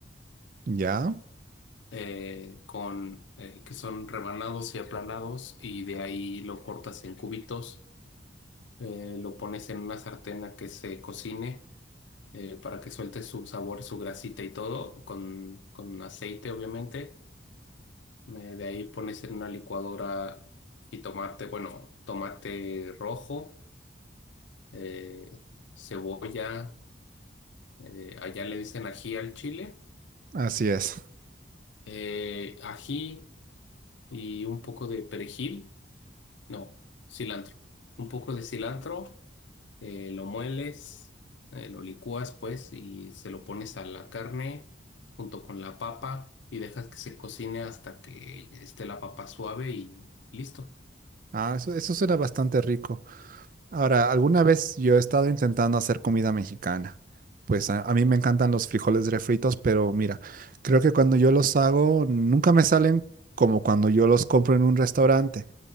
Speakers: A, on the right; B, on the left.
A: ¿Ya?
B: eh, con, eh, que son rebanados y aplanados, y de ahí lo cortas en cubitos, eh, lo pones en una sartén a que se cocine. eh, para que suelte su sabor, su grasita y todo, con, con aceite, obviamente. Eh, de ahí pones en una licuadora jitomate, bueno, tomate rojo, eh, cebolla, eh, allá le dicen ají al chile,
A: Así es.
B: eh, ají y un poco de perejil, no, cilantro, un poco de cilantro eh, lo mueles, eh, lo licúas pues y se lo pones a la carne junto con la papa y dejas que se cocine hasta que esté la papa suave y listo.
A: Ah, eso, eso suena bastante rico. Ahora, alguna vez yo he estado intentando hacer comida mexicana. Pues a, a mí me encantan los frijoles refritos, pero mira, creo que cuando yo los hago nunca me salen como cuando yo los compro en un restaurante.